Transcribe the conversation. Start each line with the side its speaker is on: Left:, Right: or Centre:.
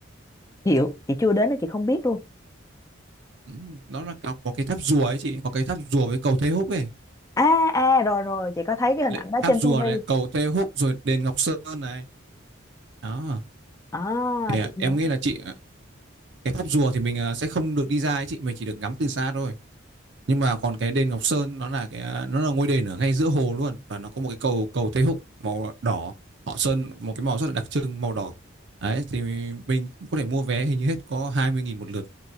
Left: chịu chị chưa đến đó chị không biết luôn
Right: Ừ, nó là có, có cái tháp rùa ấy chị có cái tháp rùa với cầu Thê Húc ấy
Left: à à rồi rồi chị có thấy cái hình
Right: Lệ-
Left: ảnh đó
Right: tháp
Left: trên
Right: rùa
Left: tivi
Right: này cầu Thê Húc rồi đền Ngọc Sơn này đó
Left: à
Right: thì à,
Left: chị nhớ
Right: em nghĩ là chị à, cái tháp rùa thì mình à, sẽ không được đi ra ấy chị mình chỉ được ngắm từ xa thôi nhưng mà còn cái đền Ngọc Sơn nó là cái à, nó là ngôi đền ở ngay giữa hồ luôn và nó có một cái cầu cầu Thê Húc màu đỏ họ sơn một cái màu rất là đặc trưng màu đỏ đấy thì mình có thể mua vé hình như hết có 20.000 một lượt